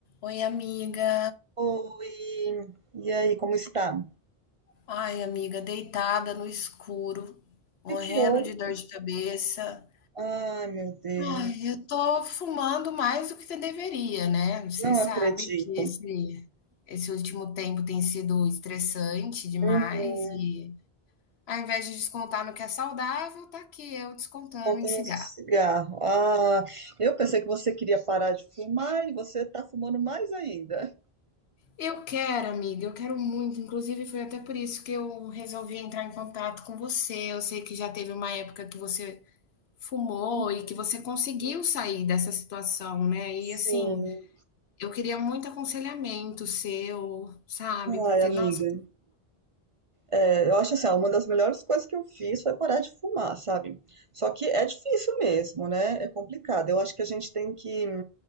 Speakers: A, on the left; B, on the right.
A: Oi, amiga.
B: Oi, e aí, como está? O
A: Ai, amiga, deitada no escuro, morrendo
B: que que houve?
A: de dor de cabeça.
B: Ai, meu Deus,
A: Ai, eu tô fumando mais do que deveria, né? Você
B: não
A: sabe
B: acredito.
A: que esse, esse último tempo tem sido estressante demais
B: Uhum,
A: e ao invés de descontar no que é saudável, tá aqui eu descontando
B: contando
A: em cigarro.
B: um cigarro. Ah, eu pensei que você queria parar de fumar e você está fumando mais ainda.
A: Eu quero, amiga, eu quero muito. Inclusive, foi até por isso que eu resolvi entrar em contato com você. Eu sei que já teve uma época que você fumou
B: Uhum,
A: e que você conseguiu sair dessa situação, né. E
B: Sim,
A: assim, eu queria muito aconselhamento seu, sabe, porque
B: ai, amiga.
A: nossa
B: É, Eu acho assim, ó, uma das melhores coisas que eu fiz foi parar de fumar, sabe? Só que é difícil mesmo, né? É complicado. Eu acho que a gente tem que